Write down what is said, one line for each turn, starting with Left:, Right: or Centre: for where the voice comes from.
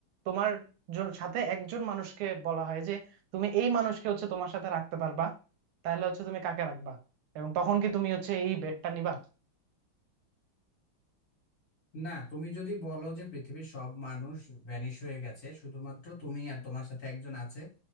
Right: তোমার জ- সাথে একজন মানুষকে বলা হয় যে তুমি এই মানুষকে হচ্ছে তোমার সাথে রাখতে পারবা তাহলে হচ্ছে তুমি কাকে রাখবা এবং তখন কি তুমি হচ্ছে এই বেডটা নিবা
Left: না তুমি যদি বলো যে পৃথিবীর সব মানুষ ভ্যানিশ হয়ে গেছে শুধুমাত্র তুমি আর তোমার সাথে একজন আছে